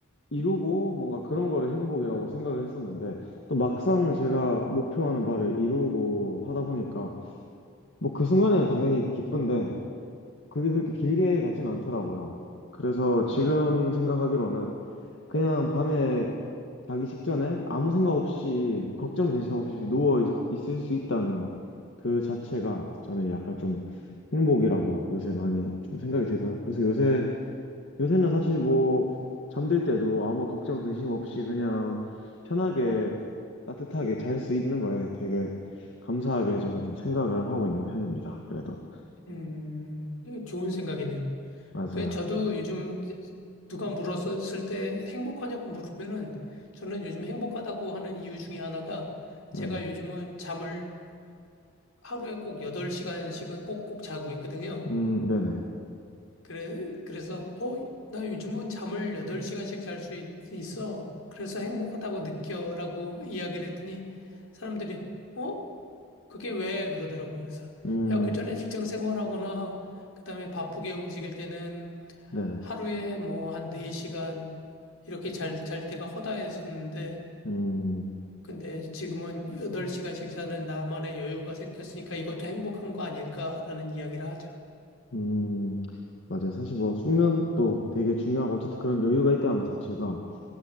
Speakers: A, on the left; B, on the left.
A: 이루고 뭔가 그런 거를 행복이라고 생각을 했었는데, 또 막상 제가 목표하는 바를 이루고 하다 보니까, 뭐 그 순간에는 당연히 기쁜데, 그게 그렇게 길게 가진 않더라고요. 그래서 지금
B: 음,
A: 생각하기로는 그냥 밤에 자기 직전에 아무 생각 없이 걱정 근심 없이 누워 있, 을수 있다는 그 자체가 저는 약간 좀 행복이라고 요새 많이 좀 생각이 들고요. 그래서 요새 요새는 사실 뭐 잠들 때도 아무 걱정 근심 없이 그냥 편하게 따뜻하게 잘 수 있는 거에 되게 감사하게 저는 좀 생각을 하고 있는 편입니다. 그래도
B: 음, 좋은 생각이네요.
A: 맞아요.
B: 그래서 저도 요즘 누가 물었을 때 행복하냐고 물으면은 저는 요즘 행복하다고 하는 이유 중에 하나가
A: 네네.
B: 제가 요즘은 잠을 하루에 꼭 8시간씩은 꼭꼭 자고 있거든요.
A: 음, 네네.
B: 그래, 그래서, 어, 나 요즘은 잠을 8시간씩 잘 수 있어. 그래서 행복하다고 느껴. 라고 이야기를 했더니 사람들이, 어? 그게 왜? 그러더라고요. 그래서,
A: 음,
B: 야, 그전에 직장 생활하거나, 그다음에 바쁘게 움직일 때는
A: 네네.
B: 하루에 뭐 한 4시간 이렇게 잘, 잘 때가 허다했었는데,
A: 음.
B: 근데 지금은 8시간씩 자는 나만의 여유가 생겼으니까 이것도 행복한 거 아닐까라는 이야기를 하죠.
A: 음, 맞아. 사실 뭐 숙면도 되게 중요하고 어쨌든 그런 여유가 있다는 것 자체가